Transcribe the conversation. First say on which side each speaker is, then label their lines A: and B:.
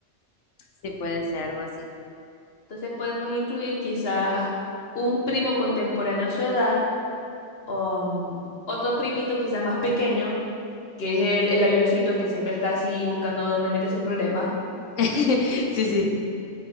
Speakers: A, on the left; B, on the left.
A: Sí, puede ser algo así.
B: Entonces podemos incluir quizás un primo contemporáneo a su edad o mm, otro primito quizás más pequeño, que es el, el avioncito que siempre está así buscando dónde meterse en problemas.
A: <laughs> Sí, sí.